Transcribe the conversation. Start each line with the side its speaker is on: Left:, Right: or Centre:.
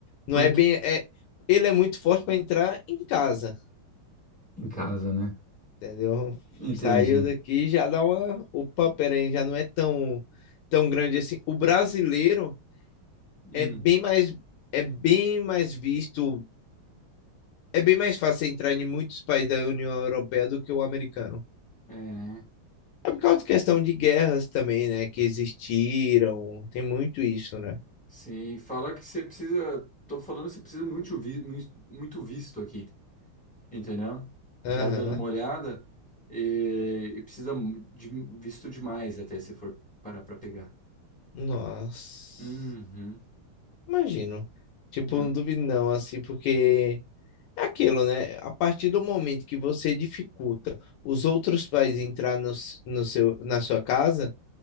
Left: Não
Centre: Porque
Left: é bem. É, ele é muito forte pra entrar em casa.
Centre: em casa, né?
Left: entendeu?
Centre: Entendi.
Left: Saiu daqui já dá uma. Opa, peraí, já não é tão, tão grande assim. O brasileiro
Centre: Hum.
Left: é bem mais, é bem mais visto, é bem mais fácil entrar em muitos países da União Europeia do que o americano.
Centre: É.
Left: É por causa de questão de guerras também, né? Que existiram, tem muito isso, né?
Centre: Sim, fala que você precisa. Tô falando que você precisa muito, vi, muito visto aqui. entendeu?
Left: Aham,
Centre: Tava dando uma olhada e, e precisa mu- de visto demais até se for parar para pegar.
Left: Nossa,
Centre: Uhum.
Left: imagino. Tipo,
Centre: É,
Left: não duvido não, assim, porque. É aquilo, né? A partir do momento que você dificulta os outros países entrar no, s- no seu, na sua casa,